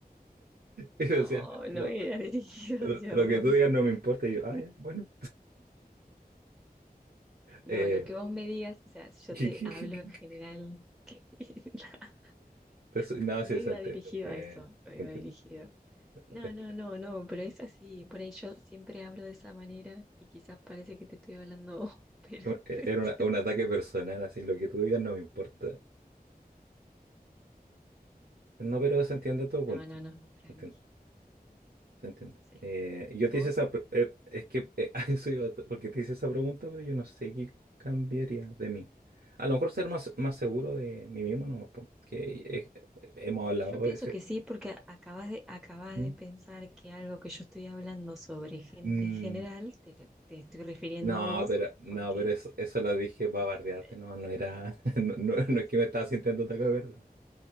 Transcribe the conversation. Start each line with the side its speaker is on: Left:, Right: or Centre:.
Centre: No,
Right: Y decía,
Centre: no
Right: lo,
Centre: era <laughs> dirigido
Right: lo-
Centre: hacia
Right: lo
Centre: vos.
Right: que tú digas no me
Centre: <laughs>
Right: importa. Y yo, ah, ya, bueno.
Centre: No,
Right: Eh,
Centre: no, lo que vos me digas, o sea, yo
Right: <laughs>
Centre: te hablo en general. <laughs>
Right: eso- no,
Centre: No
Right: sí,
Centre: iba
Right: se entiende.
Centre: dirigido
Right: se entiende,
Centre: a eso, no iba
Right: se
Centre: dirigido.
Right: entiende.
Centre: No, no, no, no, pero es así. Por ahí yo siempre hablo de esa manera y quizás parece que te estoy hablando, a vos, <laughs> pero...
Right: Era
Centre: <laughs>
Right: una- un ataque personal, así, lo que tú digas no me importa. No, pero se entiende tu punto.
Centre: No, no, no, tranqui.
Right: Se entiende. Se entiende.
Centre: Sí.
Right: Eh, yo te
Centre: ¿Vos?
Right: hice esa... pre- eh, es que eh, <laughs> a eso iba, porque te hice esa pregunta, pero yo no sé qué cambiaría de mí. A lo mejor ser más, más seguro de mí mismo, no, po, que eh, hemos hablado
Centre: Yo pienso
Right: de ese.
Centre: que sí, porque a- acabas de, acabas
Right: ¿Mm?
Centre: de pensar que algo que yo estoy hablando sobre gente
Right: Mm,
Centre: en general, te, lo- te estoy refiriendo
Right: no,
Centre: a vos,
Right: pero, no,
Centre: porque
Right: pero eso, eso lo dije para bardearte,
Centre: eh,
Right: no, no era... <laughs> No, no-
Centre: no,
Right: no es que me estabas sintiendo ataque, ¿verdad?